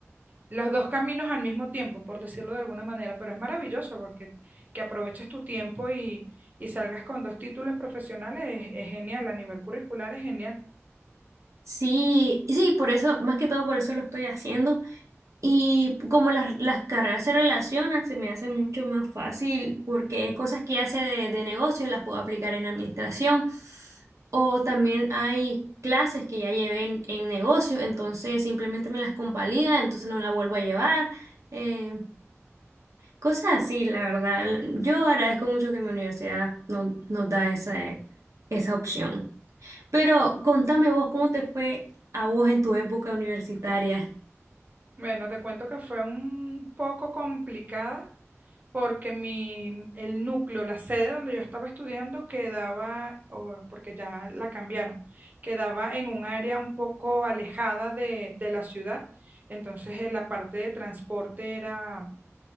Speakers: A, on the right; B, on the right.
A: los dos caminos al mismo tiempo, por decirlo de alguna manera, pero es maravilloso porque que aproveches tu tiempo y, y salgas con dos títulos profesionales es, es genial, a nivel curricular es genial.
B: Sí, y sí, por eso, más que todo por eso lo estoy haciendo. Y como las, las carreras se relacionan, se me hace mucho más fácil porque cosas que hace de, de negocio las puedo aplicar en administración. O también hay clases que ya llevé en, en negocio, entonces simplemente me las convalida, entonces no la vuelvo a llevar. eh, Cosas así, la verdad. Yo agradezco mucho que mi universidad no- nos da ese- esa opción. Pero contame vos, ¿cómo te fue a vos en tu época universitaria?
A: Bueno, te cuento que fue un poco complicada porque mi, el núcleo, la sede donde yo estaba estudiando quedaba, o- porque ya la cambiaron, quedaba en un área un poco alejada de, de la ciudad. Entonces, eh, la parte de transporte era